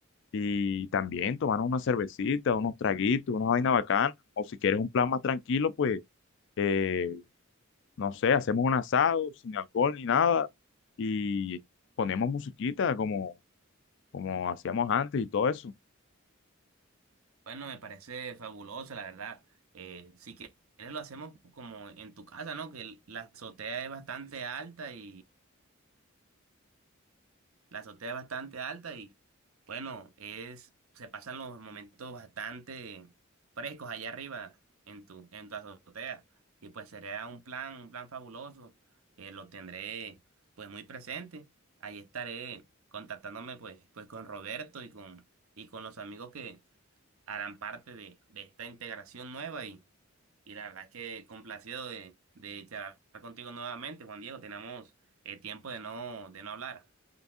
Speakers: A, on the left; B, on the right.
A: y también tomar una cervecita, unos traguitos, una vaina bacana. O si quieres un plan más tranquilo, pues, eh, no sé, hacemos un asado sin alcohol ni nada y ponemos musiquita como, como hacíamos antes y todo eso.
B: Bueno, me parece fabuloso, la verdad. Eh, si quieres lo hacemos como en tu casa, ¿no? Que el- la azotea es bastante alta y la azotea es bastante alta y bueno, es se pasan los momentos bastante frescos allá arriba en tu en tu azotea y pues sería un plan un plan fabuloso. Eh, lo tendré pues muy presente. Ahí estaré contactándome pues pues con Roberto y con y con los amigos que harán parte de de esta integración nueva y Y la verdad es que complacido de, de charlar contigo nuevamente, Juan Diego. Tenemos eh, tiempo de no, de no hablar.